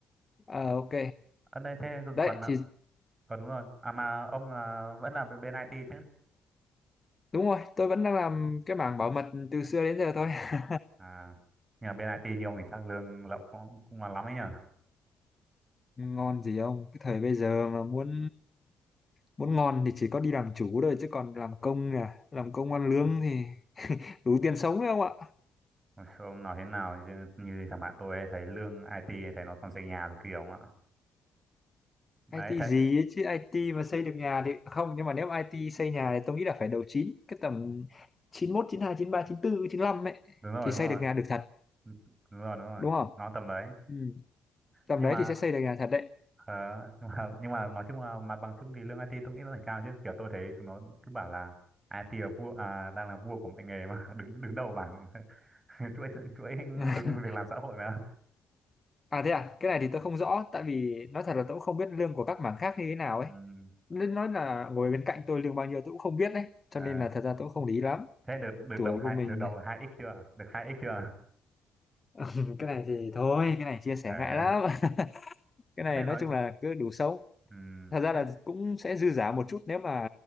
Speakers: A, on the left; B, on the right.
A: ờ, ok
B: ở đây thế
A: đấy
B: còn
A: thì
B: còn đúng rồi à mà ông là vẫn là bên, bên IT chứ
A: đúng rồi tôi vẫn đang làm cái mảng bảo mật từ xưa đến giờ thôi <laughs>
B: à nhờ bên IT nhiều thì chắc lương lậu cũng cũng là lắm ấy nhờ.
A: ngon gì ông cái thời bây giờ mà muốn muốn ngon thì chỉ có đi làm chủ thôi chứ còn làm công à làm công ăn lương thì đủ tiền sống đấy ông ạ
B: Ôi, ông nói thế nào như, như thằng bạn tôi ấy, thấy lương IT ấy, thấy nó còn xây nhà rồi kiểu ạ đấy
A: IT
B: thấy
A: gì ấy chứ IT mà xây được nhà thì không nhưng mà nếu IT xây nhà thì tôi nghĩ là phải đầu 9 cái tầm chín chín chín mốt hai chín ba chín 93, chín 95 ấy
B: đúng rồi
A: thì
B: đúng
A: xây
B: rồi
A: được nhà được thật
B: đúng rồi đúng rồi
A: đúng không?
B: nó tầm đấy
A: Ừ. Tầm
B: nhưng
A: đấy
B: mà
A: thì sẽ xây được nhà thật đấy.
B: ờ, nhưng mà nhưng mà nói chung là mặt bằng chung thì lương IT tôi nghĩ là phải cao chứ kiểu tôi thấy chúng nó cứ bảo là IT là vua à, đang là vua của mọi nghề mà <laughs> đứng đứng đầu bảng <laughs> chuỗi chuỗi
A: <laughs>
B: việc làm xã hội mà
A: À thế à, cái này thì tôi không rõ tại vì nói thật là tôi cũng không biết lương của các mảng khác như thế nào ấy.
B: Ừ,
A: Nên nói là ngồi bên cạnh tôi lương bao nhiêu tôi cũng không biết đấy, cho
B: ờ.
A: nên là thật ra tôi cũng không lý lắm.
B: Thế được được
A: Tuổi
B: đầu hai
A: của mình
B: được đầu hai x chưa? Được hai x chưa?
A: <laughs> cái này thì thôi, cái này chia sẻ
B: Ờ.
A: ngại lắm. <laughs> Cái này
B: Thế nói
A: nói chung là cứ đủ sống.
B: ừ
A: thật ra
B: thế
A: là cũng sẽ dư giả một chút nếu mà